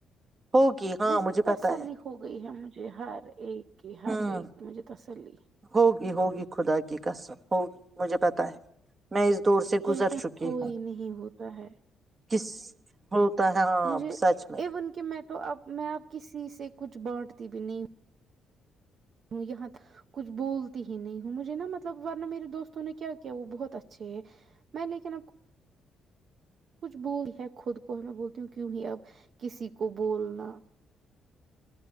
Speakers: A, on the right; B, on the right.
A: ہوگی ہاں
B: جیسے
A: مجھے
B: تسلی
A: پتا ہے
B: ہو گئی ہے مجھے جی ہر ایک کی ہر
A: ہوں
B: ایک کی مجھے تسلی ہے۔
A: ہوگی ہوگی خدا کی کسم ہوگی مجھے پتہ ہے میں اس دور سے
B: کہتے
A: گزر
B: ہیں
A: چکی
B: کوئی
A: ہوں
B: نہیں ہوتا ہے
A: کس <unintelligible> ہے ہاں
B: مجھے
A: سچ میں
B: ایون کہ میں تو آپ میں آب کسی سے کچھ بانٹتی بھی نہیں ہوں ہوں یہاں کچھ بولتی ہی نہیں ہوں مجھے نا مطلب ورنہ میرے دوستوں نے کیا کیا وہ بہت اچھے ہے میں لیکن اب کچھ بول ہے خود کو ہے میں بولتی ہوں کیوں ہی اب کسی کو بولنا